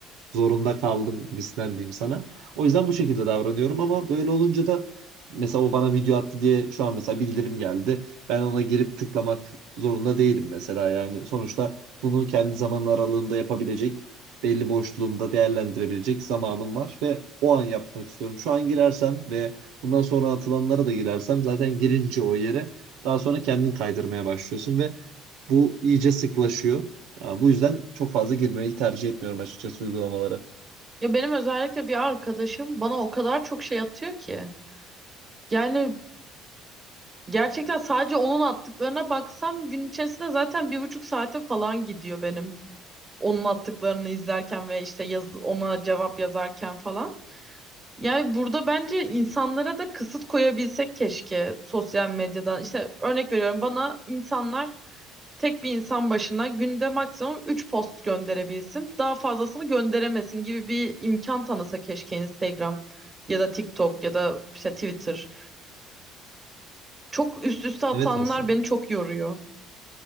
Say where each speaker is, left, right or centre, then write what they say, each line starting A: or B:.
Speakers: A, on the right; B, on the right.
A: zorunda kaldım gibisinden diyeyim sana. O yüzden bu şekilde davranıyorum ama böyle olunca da mesela o bana video attı diye şu an mesela bildirim geldi. Ben ona girip tıklamak zorunda değilim mesela yani sonuçta bunu kendi zaman aralığımda yapabilecek belli boşluğumda değerlendirebilecek zamanım var ve o an yapmak istiyorum. Şu an girersem ve bundan sonra atılanlara da girersem zaten girince o yere daha sonra kendin kaydırmaya başlıyorsun ve bu iyice sıklaşıyor. Yani bu yüzden çok fazla girmeyi tercih etmiyorum açıkçası uygulamalara.
B: Ya benim özellikle bir arkadaşım bana o kadar çok şey atıyor ki. Yani Gerçekten sadece onun attıklarına baksam gün içerisinde zaten bir buçuk saate falan gidiyor benim. Onun attıklarını izlerken ve işte yaz, ona cevap yazarken falan. Yani burada bence insanlara da kısıt koyabilsek keşke sosyal medyadan. İşte örnek veriyorum bana insanlar tek bir insan başına günde maksimum 3 post gönderebilsin. Daha fazlasını gönderemesin gibi bir imkan tanısa keşke Instagram ya da TikTok ya da işte Twitter. Çok üst üste atanlar
A: Evet aslında.
B: beni çok yoruyor.